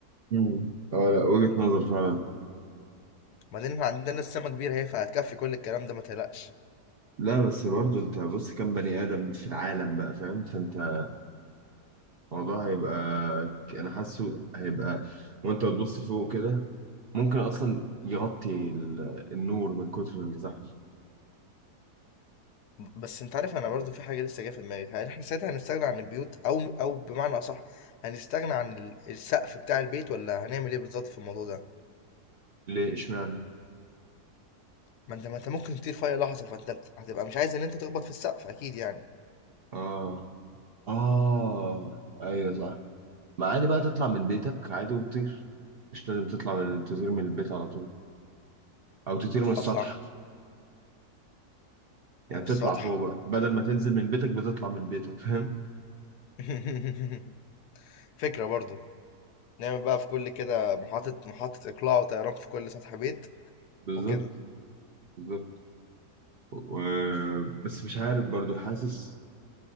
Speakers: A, on the right; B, on the left.
A: مم. اه لا وجهة نظر فعلا
B: بعدين احنا عندنا السما كبيره اهي فهتكفي كل الكلام ده ما تقلقش
A: لا بس برضه انت بص كم بني ادم في العالم بقى فاهم فانت الموضوع هيبقى ك- انا حاسه هيبقى وانت بتبص فوق كده ممكن اصلا يغطي ال- النور من كتر الزحمه
B: ب- بس انت عارف انا برضو في حاجه لسه جايه في دماغي هل احنا ساعتها هنستغنى عن البيوت او او بمعنى اصح هنستغنى عن ال- السقف بتاع البيت ولا هنعمل ايه بالظبط في الموضوع ده
A: ليه اشمعنى
B: ما انت ما انت ممكن تطير في اي لحظه فانت بت- هتبقى مش عايز ان انت تخبط في السقف اكيد يعني
A: اه اه ايوه صح ما عادي بقى تطلع من بيتك عادي وتطير مش لازم تطلع من تطير من البيت على طول او تطير من السطح
B: اطلع
A: يعني
B: من السطح
A: تطلع فوق بقى بدل ما تنزل من بيتك بتطلع من بيتك فاهم
B: <laughs> فكرة برضو نعمل بقى في كل كده محطة محطة اقلاع وطيران في كل سطح بيت
A: بالظبط
B: وكده
A: بالظبط و- بس مش عارف برضو حاسس